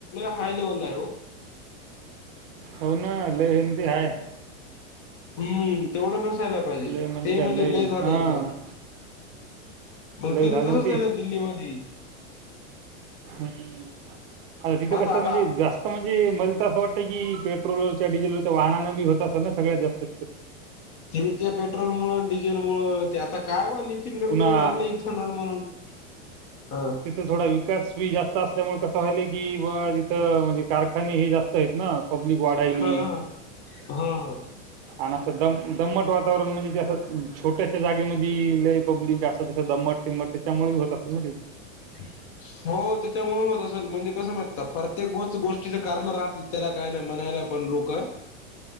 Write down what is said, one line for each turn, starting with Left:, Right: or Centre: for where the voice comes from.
Left: हाय लेवल हाय ओ.
Right: हो ना लय हिमती हाय.
Left: हम्म तेवढं नसायला पाहिजे,
Right: लय
Left: ते
Right: काय
Left: म्हणजे लय झालं
Right: हां,
Left: एकदम मग
Right: लय
Left: तीत
Right: झालं
Left: <unintelligible> हाय
Right: ना ते.
Left: दिल्लीमध्ये
Right: हम्म अ तिथं
Left: आता
Right: कस हाय
Left: आता
Right: म्हणजे जास्त. म्हणजे मला तर असं वाटतं की पेट्रोलवरच्या डिझेलवरच्या वाहनांना बी होत असल ना सगळ्यात जास्त.
Left: ते त्या पेट्रोल मुळ डिझेल मुळ आता काय म्हणलीत. नितीन गडकरी
Right: पुन्हा
Left: न आणल इथनॉल म्हणून हा
Right: तथ थोडा विकास जास्त असल्यामुळे कस व्हालेय की बा तिथं म्हणजे कारखाने हे जास्त आहेत ना. पब्लिक वाढायली.
Left: हा हा. हा हा
Right: आणि असं दम दम्मट वातावरण म्हणजे असं छोटयाशा जागेमध्ये. पब्लिक असं दमट टिमट त्यांच्यामुळे होत असेल ना. ते
Left: <unintelligible> हो त्यांच्यामुळे होत असेल म्हणजे कसं मा प्रत्येकच गोष्टीचं कारण राहतलं त्याला काय नाही म्हणारच. कोण लोकं,